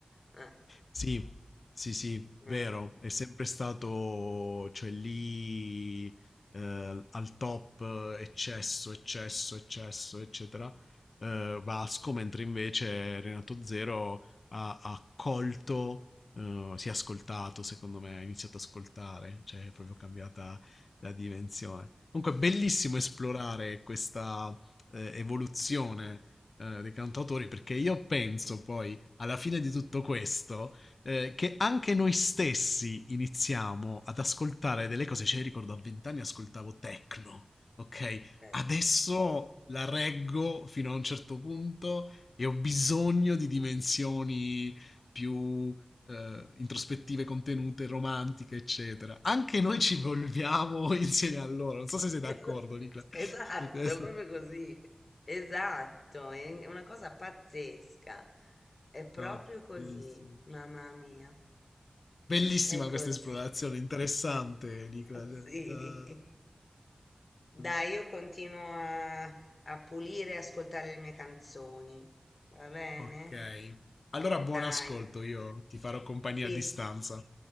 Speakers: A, on the left (about 60°); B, on the left (about 75°).
A: Eh,
B: Sì, sì, sì, vero,
A: mm,
B: è sempre stato, cioè lì eh, al top, eh, eccesso, eccesso, eccesso, eccetera, eh, Vasco, mentre invece Renato Zero ha, ha colto, eh, si è ascoltato, secondo me, ha iniziato ad ascoltare, cioè è proprio cambiata la dimensione. Comunque, è bellissimo esplorare questa eh, evoluzione eh, dei cantautori, perché io penso poi, alla fine di tutto questo eh, che anche noi stessi iniziamo ad ascoltare delle cose. Cioè, io ricordo a vent'anni ascoltavo techno, ok?
A: certo.
B: Adesso la reggo fino a un certo punto e ho bisogno di dimensioni più eh, introspettive, contenute, romantiche, eccetera. Anche noi ci evolviamo <laughs> insieme a loro. Non so se sei
A: Esatto,
B: d'accordo, Nicola,
A: esatto,
B: su questo.
A: proprio così. Esatto, è una cosa pazzesca. È proprio
B: No,
A: così,
B: bellissimo.
A: mamma mia.
B: Bellissima
A: È così.
B: questa esplorazione, interessante,
A: <laughs>
B: Nicola. cioè,
A: Sì.
B: da-
A: Dai,
B: così.
A: io continuo a, a pulire e ascoltare le mie canzoni. Va bene?
B: Ok. Allora,
A: Dai.
B: buon ascolto, io ti farò compagnia
A: Sì,
B: a distanza.